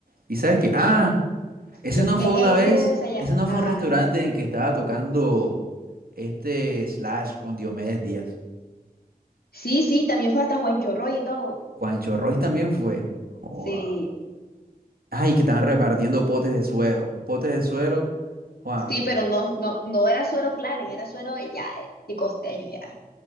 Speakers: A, on the right; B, on the left.
A: y sabes qué? Ah. Ese
B: Es
A: no
B: que
A: fue
B: este
A: una vez,
B: debes allá.
A: ese no fue
B: Ajá.
A: un restaurante en que estaba tocando este Slash con Diomedes Díaz.
B: Sí, sí, también fue hasta Juan Chorroy y todo.
A: Juancho Roy también fue. Joda.
B: Sí.
A: Ay, que estaban repartiendo potes de suero. Potes de suero, Juan,
B: Sí, pero no, no, no era suero Claren, era suero ya de de costeño ya.